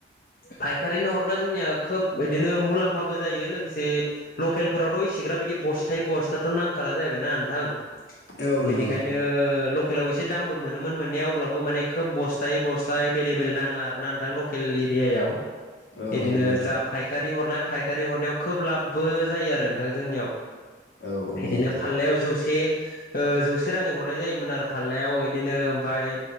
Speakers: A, on the left; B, on the left.
A: फायखारिनो हरब्ला जोंनिया खोब इदिनो मुलाम्फाबो जायो । लोगोसे लकेलफोरावथ' इसेग्राब बिदि बस्थायै बस्थाथ' नांखाला जाहैबायना नोंथां ।
B: औ नंगौ
A: बेनिखायनो
B: नोंथां
A: लकेलाव एसे दामबो मोनोमोन मोननाया अब्लाबो माने खोब बस्थ बस्थायै बस्था एभेलेबेल नाङा आरो ना नोंथां । लकेल एरियाव
B: औ
A: एदिनो
B: नंगौ नोंथां
A: जा फायखारि हरनाय फायखारि हरनायाव खोब लाब बो जायो आरो नोंथां । जोंनियाव
B: औ औ
A: इदिनो
B: नंगौ
A: फाल्लायाव जौसे ओ जौसे राङै हरनाय जायोमोन आरो फाल्लायाव इदिनो ओमफाय